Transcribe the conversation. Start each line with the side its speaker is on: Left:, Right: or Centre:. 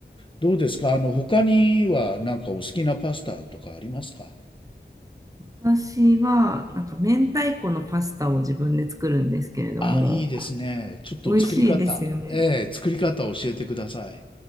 Left: どうですかあの、他にはなんかお好きなパスタとかありますか
Right: 私は、なんか、明太子のパスタを自分で作るんですけれども、
Left: あ、いいですね。ちょっと作り方、
Right: 美味しいですよね。
Left: ええ、作り方を教えてください。